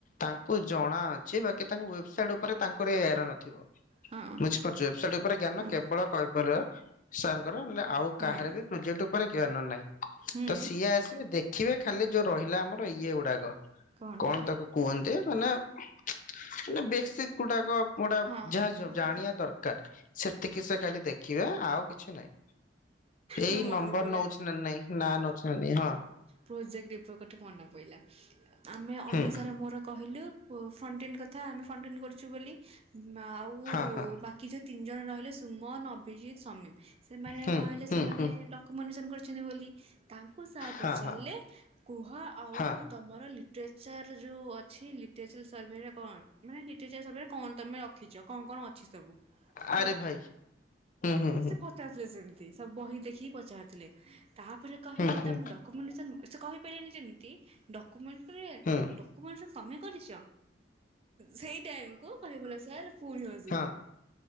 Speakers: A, on the left; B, on the right.
A: ତାଙ୍କୁ ଜଣା ସିଏ ବାକି ତାଙ୍କୁ ୱେବସାଇଟ୍ ଉପରେ ତାଙ୍କର ଏ ଏର ନଥିବ। ବୁଝିପାରୁଛ
B: ହଁ
A: ୱେବସାଇଟ ଉପରେ ଜ୍ଞାନ
B: ହଁ
A: କେବଳ କହିପାରିବ ସାରଙ୍କର ନହଲେ ଆଉ
B: ହୁଁ
A: କାହାର ବି ପ୍ରୋଜେକ୍ଟ ଉପରେ ଜ୍ଞାନ ନାହିଁ
B: ହୁଁ
A: ତ ସିଏ ଆସିବେ ଦେଖିବେ ଖାଲି ଯୋଉ ରହିଲା ଆମର ଇଏ ଗୁଡାକ
B: କଣଟା?
A: କଣ ତାକୁ କୁହନ୍ତି ମାନେ ମାନେ ବେଶୀକ୍ ଗୁଡାକ ଗୋଟା
B: ହଁ
A: ଯାହା
B: ହଁ
A: ଜାଣିବା ଦରକାର ସେତିକି ସେ ଖାଲି ଦେଖିବା ଆଉ କିଛି ନାହିଁ। ଏଇ
B: ହଁ ମନେ
A: ନମ୍ବର
B: ପଇଲା
A: ନଉଛି ନା ନାଇଁ ନାଁ ନଉଛି ନା ନାଇଁ ହଁ
B: ପ୍ରୋଜେକ୍ଟ ଉପରେ ଗୋଟେ ମନେ ପଡ଼ିଲା ଆମେ ଅନ୍ୟ
A: ହୁଁ
B: ସାର ମୋର କହିଲୁ ଫଣ୍ଟିନ୍ କଥା ଆମେ ଫଣ୍ଟିନ୍ କରୁଛୁ ବୋଲି ଆଉ
A: ହଁ ହଁ
B: ବାକି ଯେଉଁ ତିନି ଜଣ ରହିଲେ ସୁମନ, ଅଭିଜିତ, ସମୀମ୍ ସେମାନେ
A: ହୁଁ।
B: କହିଲେ
A: ହୁଁ
B: ସେମାନେ
A: ହୁଁ
B: ଡ <unintelligible> କରିଛନ୍ତି ବୋଲି ତାଙ୍କୁ ସାର୍ ପଚାରିଲେ
A: ହଁ ହଁ
B: କୁହ ଆଉ
A: ହଁ
B: ତମର ଲିଟ୍ରେଚର ଯୋଉ ଅଛି ଲିଟ୍ରେଚର ସର୍ଭେରେ କଣ ମାନେ ଲିଟ୍ରେଚର ସର୍ଭେରେ କଣ ତମେ ରଖିଛ କଣ କଣ ଅଛି ସବୁ
A: ଆରେ
B: ହେଲା
A: ଭାଇ ହୁଁ ହୁଁ ହୁଁ
B: ସେ <unintelligible> ବହି ଦେଖି ପଚାରୁଥିଲେ ତାପରେ କହିଲେ
A: ହୁଁ ହୁଁ
B: ତାଙ୍କୁ ଡକୁମେଣ୍ଟ ସେ କହିପାରିଲେନି ଯେମିତି ଡକୁମେଣ୍ଟ ରେ
A: ହୁଁ
B: ଡକୁମେଣ୍ଟ ତମେ କରିଛ ସେଇ ଟାଇମକୁ ଗଲା ସ ପୁଣି ଆସିଲେ
A: ହଁ